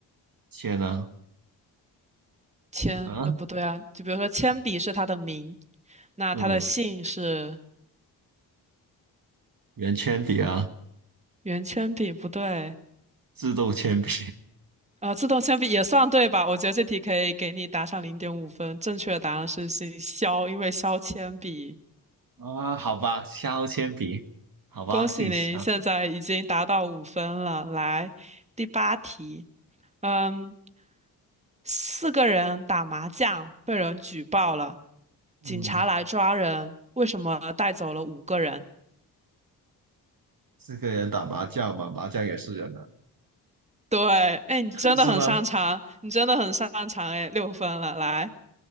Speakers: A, on the right; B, on the right.
A: 铅啊
B: 铅，
A: 啊，
B: 呃，不对啊，就比如说铅笔是他的名，那他的姓是
A: 嗯，圆铅笔啊，
B: 圆铅笔，不对，
A: 自动铅笔。
B: 呃，自动铅笔也算对吧？我觉得这题可以给你打上零点五分。正确的答案是姓肖，因为削铅笔。
A: 啊，好吧，削铅笔，好吧，
B: 恭喜您，
A: 姓削，
B: 现在已经达到五分了。来，第八题，嗯，四个人打麻将被人举报了，警察来抓人，
A: 嗯，
B: 为什么带走了五个人？
A: 四个人打麻将嘛，麻将也是人啊。
B: 对，哎，你真的很擅长，
A: <laughs> 是吗？
B: 你真的很擅长，哎，六分了，来，